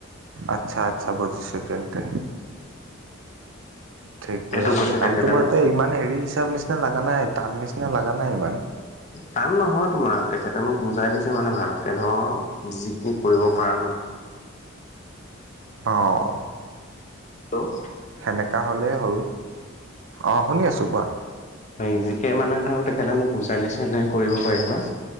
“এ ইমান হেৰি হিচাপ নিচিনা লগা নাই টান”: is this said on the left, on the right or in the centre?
Right